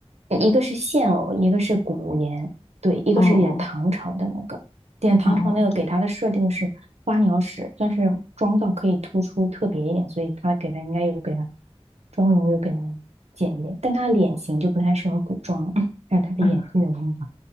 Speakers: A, on the right (about 85°); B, on the left (about 70°).
A: 一个是现偶，一个是古言，对，一个是演唐朝的那个，
B: 哦哦
A: 演唐朝那个给他的设定是花鸟使，
B: 哦哦，对。
A: 算是妆造可以突出特别一点，所以他给他应该有给他妆容又给他减一点，但他脸型就不太适合古装，<laughs> 但是他的演技的风格。
B: <laughs> 嗯，